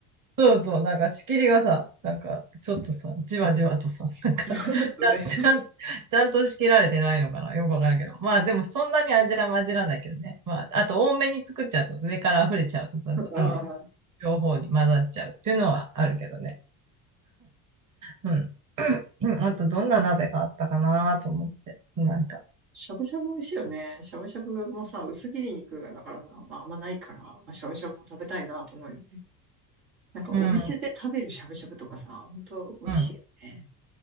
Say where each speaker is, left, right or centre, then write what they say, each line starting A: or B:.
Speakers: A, on the right (about 40°); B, on the right (about 85°).
A: そうそう、なんか仕切りがさ、なんかちょっとさ、じわじわとさ、<laughs> なんか
B: <laughs> なんだそれ。
A: ちゃん、ちゃんと仕切られてないのかなよくわからんけど。まあでもそんなに味は混じらないけどね。まあ、あと多めに作っちゃうと、上から溢れちゃうとさ、そあの、
B: ああ、
A: 両方に混ざっちゃうっていうのはあるけどね。うん。うんあとどんな鍋があったかなと思って。なんか。
B: しゃぶしゃぶ美味しいよね。しゃぶしゃぶもさ、薄切り肉だからさ、まああんまないから、まあ、しゃぶしゃぶも食べたいなと思うよね。なんかお店で食べるしゃぶしゃぶとかさ、
A: うん。
B: 本当美味しいよね。
A: うん。